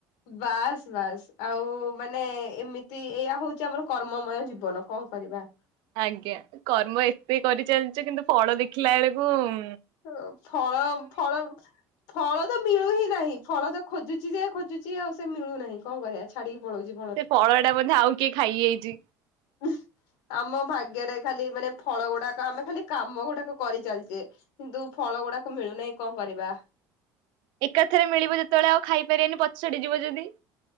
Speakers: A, on the left; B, on the right.
A: ବାସ୍ ବାସ୍ ଆଉ ମାନେ ଏମିତି ଏଇୟା ହଉଚି ଆମର କର୍ମ ମୟ ଜୀବନ କଣ କରିବା।
B: ଆଜ୍ଞା କର୍ମ ଏତେ କରି ଚାଲିଚେ କିନ୍ତୁ ଫଳ ଦେଖିଲା ବେଳକୁ ଉଁ
A: ଓ ଫଳ ଫଳ ଫଳ ତ ମିଳୁ ହିଁ ନାହିଁ ଫଳ ତ ଖୋଜୁଚି ଯେ ଖୋଜୁଚି ଆଉ ସେ ମିଳୁ ନାହିଁ କଣ କରିଆ ଛାଡିକି ପଳଉଚି।
B: ସେ ଫଳଟା ବୋଧେ ଆଉ କିଏ ଖାଇଯାଇଚି।
A: ଉଁ ଆମ ଭାଗ୍ୟରେ ଖାଲି ମାନେ ଫଳ ଗୁଡାକ ଆମେ ଖାଲି କାମ ଗୁଡାକ କରିଚାଲିଚେ। କିନ୍ତୁ ଫଳ ଗୁଡାକ ମିଳୁ ନାହିଁ କଣ କରିବା।
B: ଏକାଥରେ ମିଳିବ ଯେତବେଳେ ଆଉ ଖାଇପାରିବେନି ପଚଡି ଯିବ ଯଦି।